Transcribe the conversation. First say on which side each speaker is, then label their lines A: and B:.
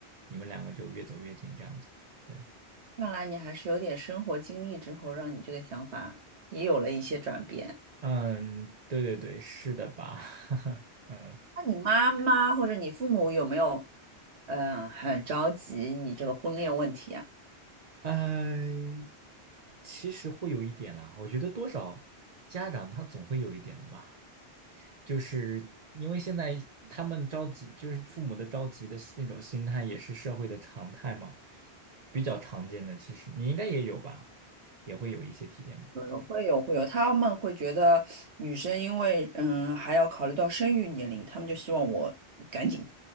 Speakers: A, on the right; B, on the right.
A: 你们两个就越走越近这样子。对，
B: 看来你还是有点生活经历之后，让你这个想法也有了一些转变。
A: 嗯，对对对，是的吧？<laughs> 嗯，
B: 那你妈妈或者你父母有没有，嗯，很着急你这个婚恋问题啊？
A: 呃，其实会有一点啦，我觉得多少家长他总会有一点的嘛。就是因为现在他们着急，就是父母的着急的那种心态，也是社会的常态嘛，比较常见的。其实你应该也有吧，也会有一些体验吧。
B: 有有会有会有，他们会觉得女生因为嗯还要考虑到生育年龄，他们就希望我赶紧